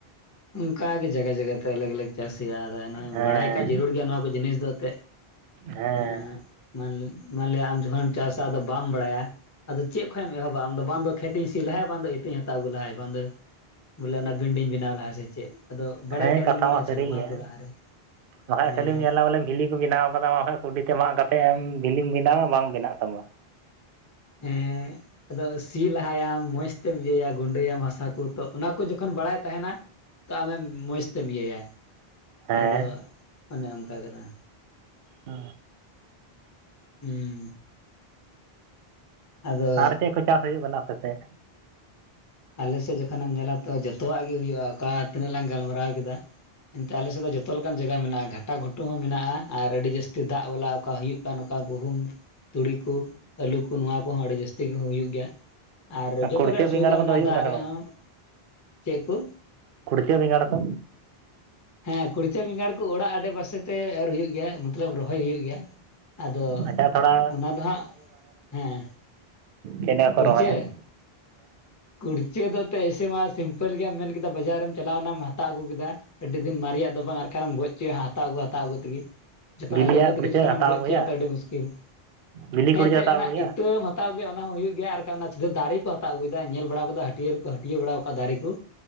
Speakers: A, on the left; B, on the right.
A: ᱚᱝᱠᱟᱜᱮ ᱡᱟᱜᱟ ᱡᱟᱜᱟᱛᱮ ᱟᱞᱟᱜ ᱟᱞᱟᱜ ᱪᱟᱥ ᱦᱩᱭᱩᱜᱼᱟ᱾ ᱟᱫᱚ ᱮᱱᱦᱚᱸ
B: ᱦᱮᱸ
A: ᱵᱟᱲᱟᱭ ᱠᱷᱟᱡ ᱡᱟᱹᱨᱩᱲ ᱜᱮᱭᱟ ᱱᱚᱣᱟ ᱠᱚ ᱡᱤᱱᱤᱥ ᱫᱚ ᱚᱛᱮ,
B: ᱦᱮᱸ
A: ᱮᱸᱜ ᱢᱟᱱ ᱢᱟᱱᱞᱮ ᱟᱢ ᱡᱚᱠᱷᱚᱱᱮᱢ ᱪᱟᱥᱟ ᱟᱫᱚ ᱵᱟᱢ ᱵᱟᱲᱟᱭᱟ, ᱟᱫᱚ ᱪᱮᱜ ᱠᱷᱚᱡ ᱮᱢ ᱮᱦᱚᱵᱟ ᱟᱢ ᱫᱚ ᱵᱟᱝ ᱫᱚ ᱠᱷᱮᱛᱤᱧ ᱥᱤ ᱞᱟᱦᱟᱭ ᱵᱟᱝ ᱫᱚ ᱤᱛᱟᱹᱧ ᱦᱟᱛᱟᱣ ᱟᱜᱩ ᱞᱟᱦᱟᱭ ᱵᱟᱝ ᱫᱚ, ᱵᱚᱞᱮ ᱚᱱᱟ ᱵᱤᱱᱰᱤᱝ ᱵᱮᱱᱟᱣ ᱞᱟᱦᱟᱭ ᱥᱮ ᱪᱮᱫ? ᱟᱫᱚ ᱵᱟᱲᱟᱭ
B: ᱦᱮᱸ
A: ᱠᱷᱟᱡ
B: ᱠᱟᱛᱷᱟ
A: ᱫᱚᱢ ᱢᱮᱱᱟ
B: ᱢᱟ
A: ᱟᱪᱪᱷᱟ
B: ᱥᱟᱹᱨᱤ
A: ᱱᱚᱣᱟ
B: ᱜᱮᱭᱟ᱾
A: ᱠᱚ ᱞᱟᱦᱟᱨᱮ
B: ᱵᱟᱠᱷᱟᱡ
A: ᱮᱸ
B: ᱠᱷᱟᱹᱞᱤᱢ ᱧᱮᱞᱟ ᱵᱚᱞᱮ ᱵᱷᱤᱞᱤ ᱠᱚ ᱵᱮᱱᱟᱣ ᱠᱟᱫᱟ ᱵᱟᱠᱷᱟᱡ ᱠᱩᱰᱤ ᱛᱮ ᱢᱟᱜ ᱠᱟᱛᱮᱜ ᱮᱢ ᱵᱷᱤᱞᱤᱢ ᱵᱮᱱᱟᱣ ᱵᱟᱝ ᱵᱮᱱᱟᱜ ᱛᱟᱢᱟ᱾
A: ᱮᱸᱜ ᱟᱫᱚ ᱥᱤ ᱞᱟᱦᱟᱭᱟᱢ ᱢᱚᱸᱡᱽ ᱛᱮᱢ ᱤᱭᱟᱹᱭᱟ ᱜᱩᱸᱰᱟᱹᱭᱟᱢ ᱦᱟᱥᱟ ᱠᱚ ᱛᱚ ᱚᱱᱟ ᱠᱚ ᱡᱚᱠᱷᱚᱱ ᱵᱟᱲᱟᱭ ᱛᱟᱦᱮᱱᱟ᱾ ᱛᱚ ᱟᱢᱮᱢ ᱢᱚᱡᱽ ᱛᱮᱢ ᱤᱭᱟᱹᱭᱟ
B: ᱦᱮᱸ
A: ᱟᱫᱚ ᱚᱱᱮ ᱚᱝᱠᱟ ᱠᱟᱱᱟ᱾
B: ᱚ
A: ᱦᱩᱸ, ᱟᱫᱚ
B: ᱟᱨ ᱪᱮᱜ ᱠᱚ ᱪᱟᱥ ᱦᱳᱭᱳᱜ ᱠᱟᱱᱟ ᱟᱯᱮᱥᱮᱜ?
A: ᱟᱞᱮᱥᱮᱜ ᱡᱚᱠᱷᱚᱱᱮᱢ ᱧᱮᱞᱟ ᱛᱚ ᱡᱷᱚᱛᱚᱣᱟᱜ ᱜᱮ ᱦᱩᱭᱩᱜᱼᱟ᱾ ᱚᱠᱟ ᱛᱤᱱᱟᱹᱜ ᱞᱟᱝ ᱜᱟᱞᱢᱟᱨᱟᱣ ᱠᱮᱫᱟ, ᱮᱱᱛᱮ ᱟᱞᱮᱥᱮᱜ ᱫᱚ ᱡᱚᱛᱚ ᱞᱮᱠᱟᱱ ᱡᱟᱜᱟ ᱢᱮᱱᱟᱜᱼᱟ ᱜᱷᱟᱴᱟ ᱜᱷᱩᱴᱩ ᱦᱚᱸ ᱢᱮᱱᱟᱜᱼᱟ᱾ ᱟᱨ ᱟᱹᱰᱤ ᱡᱟᱹᱥᱛᱤ ᱫᱟᱜ ᱵᱟᱞᱟ ᱚᱠᱟ ᱦᱩᱭᱩᱜ, ᱠᱟ ᱱᱚᱜᱠᱟ ᱜᱩᱦᱩᱢ ᱛᱩᱲᱤ ᱠᱩ ᱟᱹᱞᱩ ᱠᱩ ᱱᱚᱣᱟ ᱠᱚᱦᱚᱸ ᱟᱹᱲᱤ ᱡᱟᱹᱥᱛᱤ ᱜᱮ ᱦᱚᱸ ᱦᱩᱭᱩᱜ ᱜᱮᱭᱟ᱾ ᱟᱨ ᱡᱚᱛᱚ
B: ᱠᱩᱲᱪᱟᱹ
A: ᱨᱮᱭᱟᱜ ᱥᱩᱵᱤᱫᱷᱟ
B: ᱵᱮᱸᱜᱟᱲ ᱠᱚᱫᱚ
A: ᱢᱮᱱᱟᱜ,
B: ᱦᱩᱭᱩᱜ
A: ᱫᱟᱜ
B: ᱠᱟᱱᱟ ᱥᱮ
A: ᱨᱮᱭᱟᱜ
B: ᱵᱟᱝ
A: ᱦᱚᱸ ᱪᱮᱜ ᱠᱚ,
B: ᱠᱩᱲᱪᱟᱹ ᱵᱮᱸᱜᱟᱲ ᱠᱚ
A: ᱦᱮᱸ ᱠᱩᱲᱪᱟᱹ ᱵᱮᱸᱜᱟᱲ ᱠᱚ ᱚᱲᱟᱜ ᱟᱰᱮᱯᱟᱥᱮ ᱛᱮ ᱮᱨ ᱦᱩᱭᱩᱜ ᱜᱮᱭᱟ᱾ ᱢᱚᱛᱞᱚᱵ ᱨᱚᱦᱚᱭ ᱦᱩᱭᱩᱜ ᱜᱮᱭᱟ ᱟᱫᱚ
B: ᱟᱪᱪᱷᱟ ᱛᱷᱚᱲᱟ
A: ᱚᱱᱟ ᱫᱚ ᱦᱟᱸ ᱟᱜ ᱦᱮᱸ,
B: ᱪᱮᱫᱟᱜ
A: ᱠᱩᱲᱪᱟᱹ
B: ᱠᱚ ᱨᱚᱦᱚᱭ ᱦᱮᱸ,
A: ᱠᱩᱲᱪᱟᱹ ᱫᱚ ᱮᱱᱛᱮᱫ ᱮᱭᱥᱮ ᱢᱟ ᱥᱤᱢᱯᱮᱞ ᱜᱮᱭᱟᱢ ᱢᱮᱱ ᱠᱮᱫᱟ ᱵᱟᱡᱟᱨᱮᱢ ᱪᱟᱞᱟᱣᱱᱟᱢ ᱦᱟᱛᱟᱣ ᱟᱹᱜᱩ ᱠᱮᱫᱟ᱾ ᱟᱹᱰᱤ ᱫᱤᱱ ᱢᱟᱨᱤᱭᱟᱜ ᱫᱚ ᱵᱟᱝ ᱟᱨ ᱠᱷᱟᱱᱢ ᱜᱚᱡ ᱦᱚᱪᱚᱭᱟ ᱦᱟᱛᱟᱣ ᱟᱹᱜᱩ ᱦᱟᱛᱟᱣ ᱟᱹᱜᱩ ᱛᱮᱜᱮ᱾ ᱡᱚᱠᱷᱚᱱ
B: ᱵᱤᱞᱤᱭᱟᱜ
A: ᱟᱹᱜᱩ ᱟᱹᱜᱩ ᱛᱮᱜᱮ
B: ᱠᱩᱲᱪᱟᱹ
A: ᱡᱚᱠᱷᱚᱱᱮᱢ
B: ᱦᱟᱛᱟᱣ
A: ᱜᱚᱡ
B: ᱟᱹᱜᱩᱭᱟ
A: ᱦᱚᱪᱚᱭᱟ ᱛᱚ ᱟᱹᱰᱤ ᱢᱩᱥᱠᱤᱞ
B: ᱵᱤᱞᱤ
A: ᱦᱮ
B: ᱠᱩᱲᱪᱟᱹ
A: ᱮᱱᱛᱮ
B: ᱦᱟᱛᱟᱣ
A: ᱚᱱᱟ
B: ᱟᱹᱜᱩᱭᱟ
A: ᱤᱛᱟᱹᱢ ᱦᱟᱛᱟᱣ ᱟᱹᱜᱩᱭᱟ ᱚᱱᱟ ᱦᱚᱸ ᱦᱩᱭᱩᱜ ᱜᱮᱭᱟ ᱟᱨ ᱠᱷᱟᱱ ᱚᱱᱟ ᱥᱤᱫᱷᱟᱹ ᱫᱟᱨᱮ ᱠᱚ ᱦᱟᱛᱟᱣ ᱟᱹᱜᱩᱭ ᱫᱟ ᱧᱮᱞ ᱵᱟᱲᱟ ᱟᱠᱟᱫᱟ ᱦᱟᱹᱴᱭᱟᱹᱨ ᱠᱚ ᱦᱟᱹᱴᱭᱟᱹ ᱵᱟᱲᱟᱣᱟ ᱟᱠᱟᱫᱟ ᱫᱟᱨᱮ ᱠᱚ,